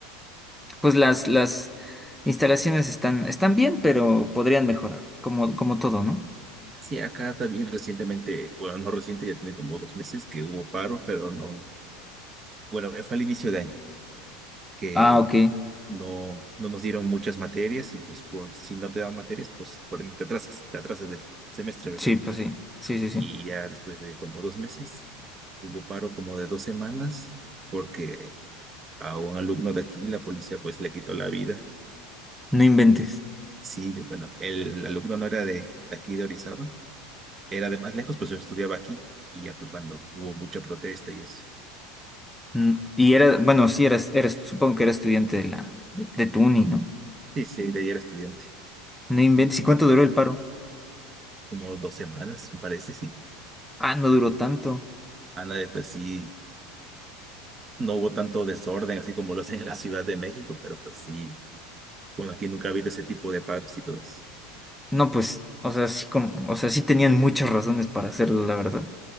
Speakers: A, in the centre; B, on the right.
A: pues las, las instalaciones están, están bien, pero podrían mejorar, como, como todo, ¿no?
B: Sí, acá también recientemente, bueno, no reciente, ya tiene como dos meses que hubo paro, pero no, bueno, fue al inicio de año, que
A: Ah, ok.
B: no, no nos dieron muchas materias y pues por si no te dan materias, pues por, te atrasas, te atrasas del semestre, ¿verdad?
A: Sí, pues sí, sí, sí, sí.
B: Y ya después de como dos meses, hubo paro como de dos semanas porque a un alumno de aquí la policía pues le quitó la vida.
A: No inventes.
B: Sí, de- bueno, el alumno no era de, de aquí de Orizaba, era de más lejos, pues yo estudiaba aquí y ya fue cuando hubo mucha protesta y eso.
A: Mm, Y era, bueno, sí, eras, eras, supongo que era estudiante de la, de, de tu uni, ¿no?
B: Sí, sí, de ahí era estudiante,
A: No inventes. ¿Y cuánto duró el paro?
B: como dos semanas, me parece, sí.
A: Ah, no duró tanto.
B: Ana, pues sí. No hubo tanto desorden así como lo hacen en la Ciudad de México, pero pues sí, bueno, aquí nunca ha habido ese tipo de paros y todo eso.
A: No, pues, o sea, sí, con- o sea, sí tenían muchas razones para hacerlo, la verdad.